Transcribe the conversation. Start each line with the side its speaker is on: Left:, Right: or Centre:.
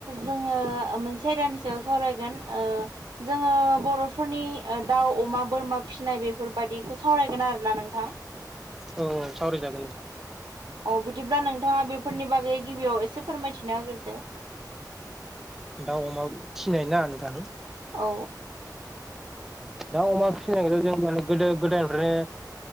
Right: जोङो मोनसे आयदानि सायाव सावरायगोन ओ जोङो बर'फोरनि दाउ अमा बोरमा फिसिनाय बेफोरबादिखौ सावरायगोन आरोना नोंथां ।
Centre: औ औ सावरायगोन ।
Right: अ बिदिब्ला नोंथाङा बेफोरनि बागै गिबियाव एसे फोरमायथिना हागोरदो ।
Centre: दाउ अमा फिनाय ना नोंथां?
Right: औ ।
Centre: दाउ अमा फिसिनायखौ जों माने गोदो गोदायनिफ्रायनो